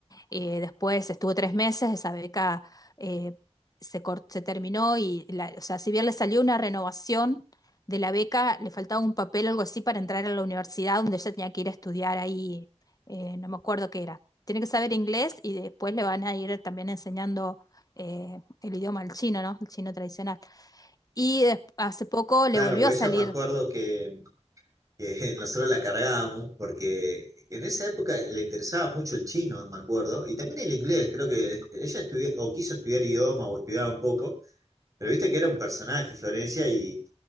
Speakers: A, on the left; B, on the right.
A: eh, después estuvo tres meses, esa beca eh, se, cor- se terminó y, la- o sea, si bien le salió una renovación de la beca, le faltaba un papel o algo así para entrar a la universidad donde ella tenía que ir a estudiar ahí, eh, no me acuerdo qué era. Tiene que saber inglés y después le van a ir también enseñando eh, el idioma al chino, ¿no? El chino tradicional. Y des- hace poco
B: Claro,
A: le volvió
B: pues
A: a salir.
B: ella me acuerdo que, que <laughs> nosotros la cargábamos porque en esa época le interesaba mucho el chino, me acuerdo, y también el inglés, creo que ella estudió o quiso estudiar idioma o estudiaba un poco, pero viste que era un personaje Florencia y,